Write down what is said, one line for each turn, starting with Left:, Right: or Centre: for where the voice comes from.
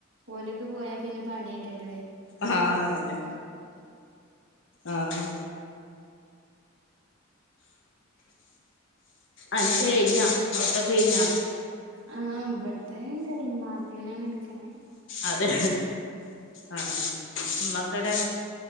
Right: ഓലൊക്കെ പോയാ പിന്നെ പണിയേക്കരല്ലേ
Left: ആഹ് അതന്നെ ആഹ് അന കഴിഞ്ഞാ അഉട്ത്തോക്കെ കഴിഞ്ഞാ
Right: ആഹ് ഇവിട്ത്തെ കഴഞ്ഞ നാത്തൂനാണ് എടുക്കണേ
Left: അതെ ആഹ് ഉമ്മക്കടെ